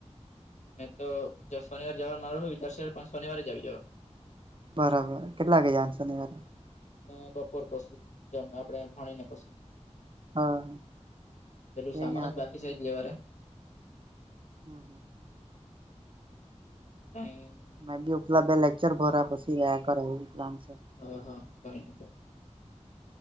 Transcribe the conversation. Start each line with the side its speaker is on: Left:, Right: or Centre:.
Left: મેં તો શનિવાર જવાર મારું હો ચાર પાંચ શનિવારે જાવી જવા
Right: બરાબર કેટલા ગયાશેનિવારે
Left: અ બપોર પછી જમ આપડે ભણી ને પછી
Right: હા
Left: પેલું
Right: યયારે.
Left: સામાન જ બાકી છે જ લેવા રે
Right: હમ હમ
Left: તો
Right: મેંી ઉપલબ્ધે લેક્ચર ભ પછી ગયા કર હું ઉપલામસે
Left: હ હા કો ન કો